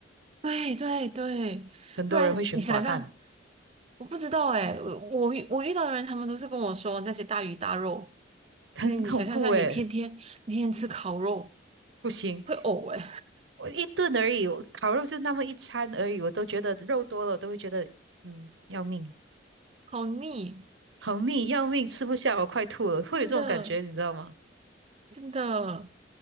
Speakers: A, on the right; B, on the right.
A: 对对对，
B: 很多人会选寡淡，
A: 不然你想象，我不知道哎，我我遇我遇到的人，他们都是跟我说那些大鱼大肉，
B: 很恐怖诶，
A: 所以你想象一下，你天天你天天吃烤肉
B: 不行。
A: 会呕哎，
B: 我一顿而已，我烤肉就那么一餐而已，我都觉得肉多了，我都会觉得嗯要命，
A: 好腻，
B: 好腻，要命，吃不下，我快吐了，会有这种感觉，
A: 真的。
B: 你知道吗？
A: 真的，